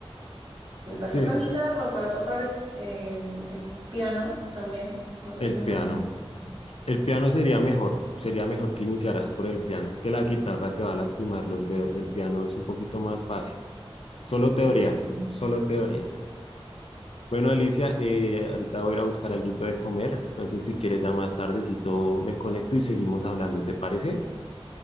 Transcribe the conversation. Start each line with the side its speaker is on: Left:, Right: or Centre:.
Right: de- para
Left: Sí,
Right: tocar guitarra o para tocar el, eh, el piano también. Me parece
Left: el
Right: muy
Left: piano.
Right: interesante.
Left: El piano sería mejor, sería mejor que iniciaras por el piano. Es que la guitarra te va a lastimar los dedos, el piano es un poquito más fácil. Solo
Right: Sí,
Left: teoría,
Right: eso
Left: solo teoría. Bueno, Alicia, eh, ahorita voy a ir a buscar algo de comer, entonces si quieres ya más tardecito me conecto y seguimos hablando, ¿te parece?